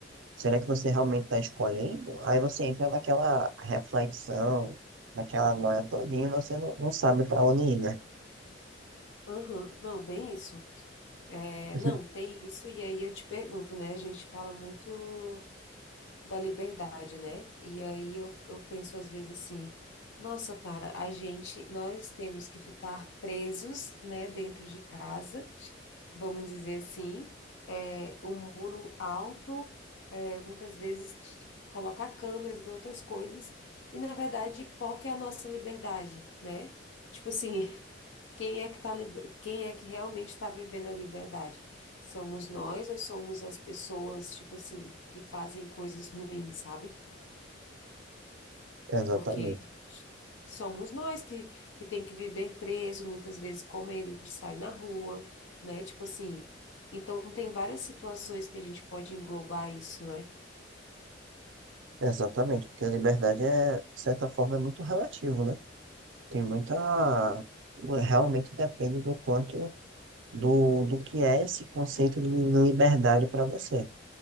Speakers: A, on the right (about 80°); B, on the left (about 75°).
A: será que você realmente está escolhendo? Aí você entra naquela reflexão, naquela noia todinha e você não, não sabe para onde ir, né?
B: uhum. Não, bem isso. É,
A: <laughs>
B: não, tem isso, e aí eu te pergunto, né? A gente fala muito. da liberdade, né? E aí eu, eu penso às vezes assim, nossa, cara, a gente, nós temos que ficar presos, né, dentro de casa, vamos dizer assim, é, o muro alto, é, muitas vezes colocar câmeras e outras coisas, e na verdade, qual que é a nossa liberdade, né? Tipo assim, <laughs> quem é que tá, lib- quem é que realmente está vivendo a liberdade? Somos nós ou somos as pessoas, tipo assim, que fazem coisas ruins, sabe?
A: Exatamente,
B: porque somos nós que, que tem que viver preso, muitas vezes com medo de sair na rua, né? Tipo assim, então tem várias situações que a gente pode englobar isso, né?
A: exatamente, porque a liberdade é, de certa forma, é muito relativo, né? Tem muita, realmente depende do quanto do, do que é esse conceito de liberdade para você.